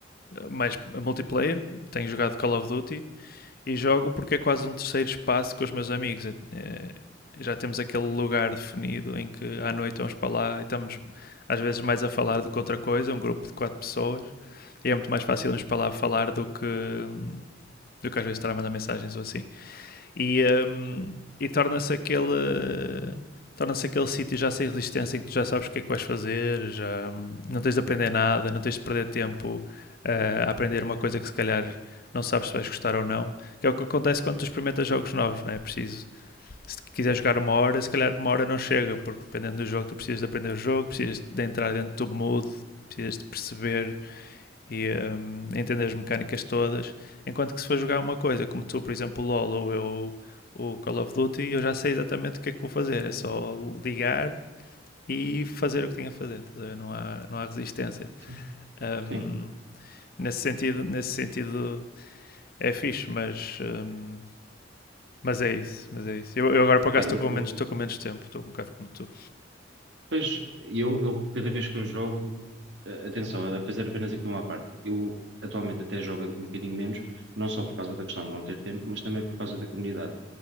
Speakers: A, on the left; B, on the right.
A: mais multiplayer, tenho jogado Call of Duty e jogo porque é quase um terceiro espaço com os meus amigos. É- é- já temos aquele lugar definido em que à noite vamos para lá e estamos às vezes mais a falar do que outra coisa, um grupo de quatro pessoas. E é muito mais fácil irmos para lá falar do que, hum, do que às vezes estar a mandar mensagens ou assim e, hum,
B: Certo.
A: e torna-se aquele uh, torna-se aquele sítio já sem resistência em que tu já sabes o que é que vais fazer, já hum, não tens de aprender nada, não tens de perder tempo eh, a aprender uma coisa que se calhar não sabes se vais gostar ou não, que é o que acontece quando tu experimentas jogos novos, não é? É Preciso, se quiser jogar uma hora, se calhar uma hora não chega, porque dependendo do jogo tu precisas de aprender o jogo, precisas de entrar dentro do mood, precisas de perceber e hum, entender as mecânicas todas. Enquanto que se for jogar uma coisa, como tu, por exemplo, o LoL ou eu, o Call of Duty, eu já sei exatamente o que é que vou fazer. É só ligar e fazer o que tenho a fazer. Não, há, não há resistência.
B: Sim,
A: Hum,
B: sim.
A: nesse, sentido, nesse sentido é fixe, mas, hum, mas é isso. Mas é isso. Eu, eu agora por
B: Epá,
A: acaso estou
B: eu,
A: com menos,
B: eu,
A: estou com menos tempo, estou um bocado como tu.
B: pois, eu, eu cada vez que eu jogo, eh, atenção, a fazer apenas aqui uma à parte. Eu atualmente até jogo um bocadinho menos, não só por causa da questão de não ter tempo, mas também por causa da comunidade.